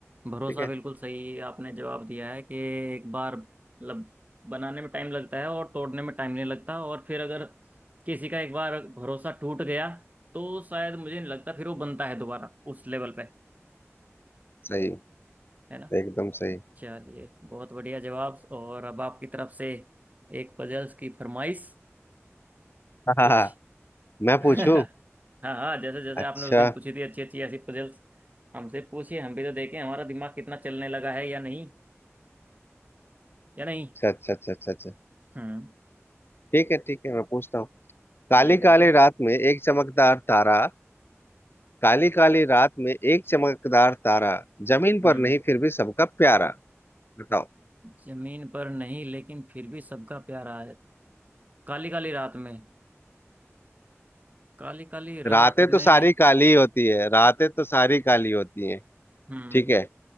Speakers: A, on the right; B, on the left.
A: भरोसा
B: ठीक है
A: बिल्कुल सही आपने जवाब दिया है कि एक बार मतलब बनाने में टाइम लगता है और तोड़ने में टाइम नहीं लगता और फिर अगर किसी का एक बार भरोसा टूट गया तो शायद मुझे नहीं लगता फिर वो बनता है दोबारा उस लेवल पे
B: सही
A: है ना
B: एकदम सही
A: चलिए बहुत बढ़िया जवाब और अब आपकी तरफ से एक पजल्स की फरमाइश
B: हाँ हाँ,
A: कुछ
B: हाँ, मैं
A: <laughs>
B: पूछूं
A: हाँ हाँ जैसे जैसे
B: अच्छा
A: आपने उस दिन पूछी थी अच्छी अच्छी ऐसी पजल्स हमसे पूछिए हम भी तो देखें हमारा दिमाग कितना चलने लगा है या नहीं या नहीं
B: अच्छा अच्छा अच्छा अच्छा अच्छा
A: हम्म
B: ठीक है ठीक है मैं पूछता हूँ काली
A: जी बिल्कुल
B: काली रात में एक चमकदार तारा काली काली रात में एक चमकदार तारा जमीन पर
A: हम्म
B: नहीं फिर भी सबका प्यारा बताओ
A: जमीन पर नहीं लेकिन फिर भी सबका प्यारा है काली काली रात में काली काली रात
B: रातें
A: में
B: तो सारी काली होती है रातें तो सारी काली होती हैं
A: हम्म
B: ठीक है